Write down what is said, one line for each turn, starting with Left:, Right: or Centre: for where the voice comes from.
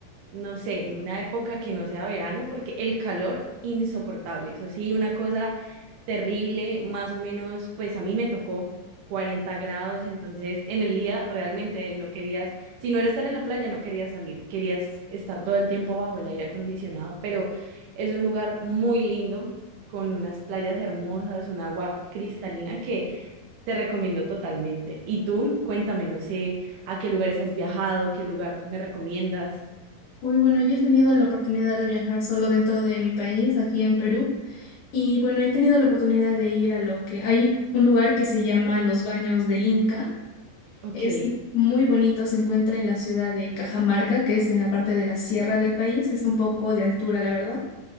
Right: no sé, en una época que no sea verano, porque el calor insoportable, eso sí, una cosa terrible, más o menos, pues a mí me tocó 40 grados, entonces en el día realmente no querías, si no era estar en la playa, no querías salir, querías estar todo el tiempo bajo el aire acondicionado, pero es un lugar muy lindo, con unas playas hermosas, un agua cristalina que te recomiendo totalmente. Y tú, cuéntame, no sé, a qué lugares has viajado, qué lugar me recomiendas.
Left: Uy, bueno, yo he tenido la oportunidad de viajar solo dentro de mi país, aquí en Perú. Y bueno, he tenido la oportunidad de ir a lo que hay un lugar que se llama Los Baños del Inca.
Right: Ok.
Left: Es muy bonito, se encuentra en la ciudad de Cajamarca, que es en la parte de la sierra del país. Es un poco de altura, la verdad.